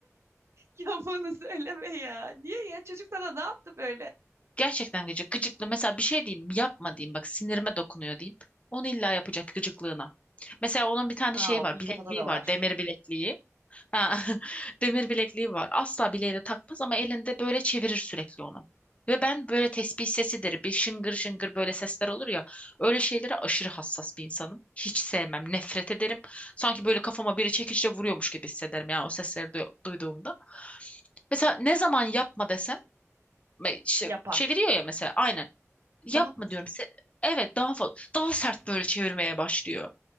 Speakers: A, on the right; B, on the left.
A: Ya bunu söyleme ya. Niye ya? Çocuk sana ne yaptı böyle?
B: Gerçekten gıcık. Gıcıklı. Mesela bir şey diyeyim, yapma diyeyim. Bak sinirime dokunuyor diyeyim. Onu illa yapacak gıcıklığına. Mesela onun bir tane
A: Aa,
B: şeyi var,
A: Mustafa'da
B: bilekliği
A: da var.
B: var, demir bilekliği. Ha, <laughs> demir bilekliği var. Asla bileğine takmaz ama elinde böyle çevirir sürekli onu. Ve ben böyle tesbih sesidir, bir şıngır şıngır böyle sesler olur ya. Öyle şeylere aşırı hassas bir insanım. Hiç sevmem, nefret ederim. Sanki böyle kafama biri çekiçle vuruyormuş gibi hissederim ya o sesleri du- duyduğumda. Mesela ne zaman yapma desem, me- işte
A: yapar.
B: çeviriyor ya mesela aynen. Yapma
A: Daha fazla.
B: diyorum. Se- evet daha fazla, daha sert böyle çevirmeye başlıyor.